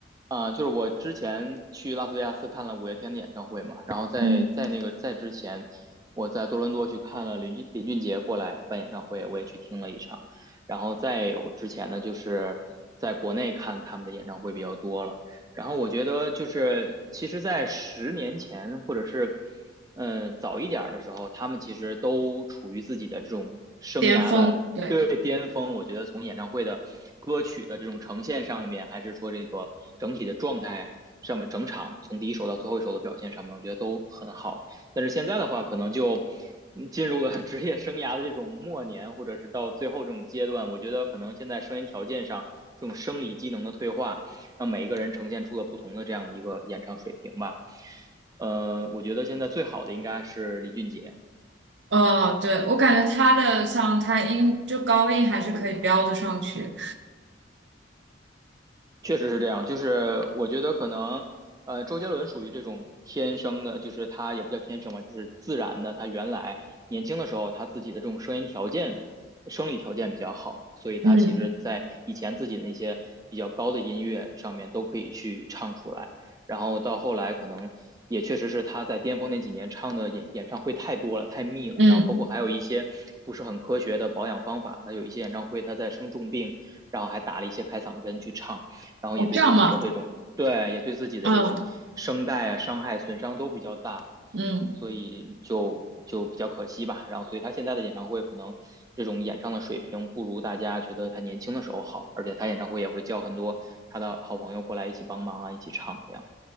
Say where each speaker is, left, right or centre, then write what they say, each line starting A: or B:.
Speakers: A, on the right; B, on the right.
A: 啊、就是我之前去拉斯维加斯看了五月天的演唱会嘛，然后在在那个在之前，
B: 嗯，
A: 我在多伦多去看了林俊林俊杰过来办演唱会，我也去听了一场，然后再有之前呢，就是在国内看他们的演唱会比较多了，然后我觉得就是其实，在十年前或者是嗯、呃早一点儿的时候，他们其实都处于自己的这种生涯的对巅峰，
B: 巅峰，对，
A: 我觉得从演唱会的歌曲的这种呈现上面，还是说这个整体的状态上面，整场从第一首到最后一首的表现上面，我觉得都很好。但是现在的话，可能就嗯进入了 <laughs> 职业生涯的这种末年，或者是到最后这种阶段，我觉得可能现在声音条件上这种生理机能的退化，让每一个人呈现出了不同的这样的一个演唱水平吧。呃，我觉得现在最好的应该是李俊杰，
B: 哦，对，我感觉他的像他音就高音还是可以飙得上去。
A: 确实是这样，就是我觉得可能，呃，周杰伦属于这种天生的，就是他也不叫天生吧，就是自然的。他原来年轻的时候，他自己的这种声音条件、生理条件比较好，所以他其实在以前自己的那些比较高的音乐上面都可以去唱出来。
B: 嗯
A: 然后到后来，可能也确实是他在巅峰那几年唱的演演唱会太多了，太密了。
B: 嗯，
A: 然后包括还有一些不是很科学的保养方法，他有一些演唱会他在生重病，然后还打了一些开嗓针去唱。然后也对自己的这种，
B: 哦这样吗？
A: 对，也对自己的这种声带啊伤害损伤都比较大，
B: 嗯嗯。
A: 所以就就比较可惜吧。然后，所以他现在的演唱会可能这种演唱的水平不如大家觉得他年轻的时候好，而且他演唱会也会叫很多他的好朋友过来一起帮忙啊，一起唱这样。